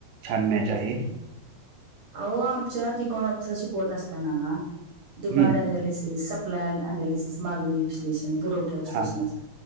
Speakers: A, on the right; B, on the right.
A: छान म्याच
B: तेच
A: आहे.
B: की अहो आमच्यात इकॉनॉमिक्सल शिकवत असताना
A: हम्म,
B: डिमांड ॲनॅलिसिस प्लॅन अनाॅलिसिस, मागणी विश्लेषण, पुरवठा विश्लेषण
A: हा
B: असतो.